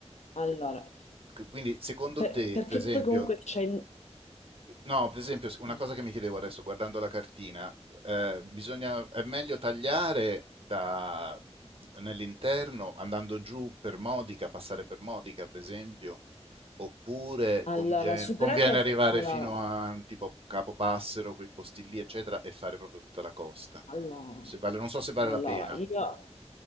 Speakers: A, on the left; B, on the right.
A: Allora,
B: Quindi, secondo
A: per-
B: te,
A: perché
B: per esempio,
A: poi comunque c'è...
B: no, per esempio, una
A: Mm.
B: cosa che mi chiedevo adesso, guardando la cartina, eh, bisogna, è meglio tagliare da, nell'interno, andando giù per Modica, passare per Modica, per esempio, oppure
A: Allora,
B: conviene,
A: superata...
B: conviene
A: sì.
B: arrivare
A: Allora,
B: fino a tipo Capopassero, quei posti lì, eccetera, e fare proprio tutta la costa.
A: allora,
B: Se vale- non so se vale
A: allora,
B: la pena.
A: io...